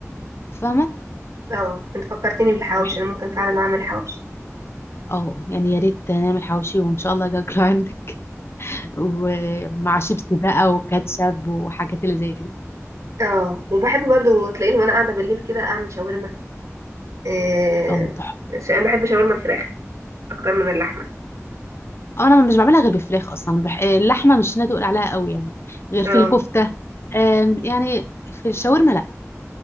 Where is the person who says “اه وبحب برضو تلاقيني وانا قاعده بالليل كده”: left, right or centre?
Right